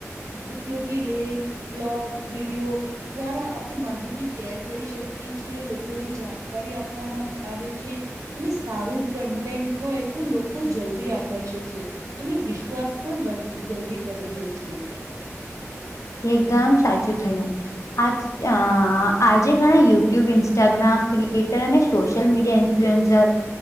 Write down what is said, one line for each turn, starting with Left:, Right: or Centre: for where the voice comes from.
Right: ઉપયોગી લેખ બ્લોગ વિડીયો દ્વારા આપણે માહિતી શેર કરી શકીએ છીએ લોકોને જાણકારી આપવામાં આવે છે. અને સારું કન્ટેન્ટ હોય તો લોકો જલ્દી આકર્ષે છે અને વિશ્વાસ પણ જલ્દી કરી લે છે.
Left: એકદમ સાચું થયું આજ અ આજે ઘણા યુટ્યુબ ઇન્સ્ટાગ્રામ ક્રિએટર અને social media influencer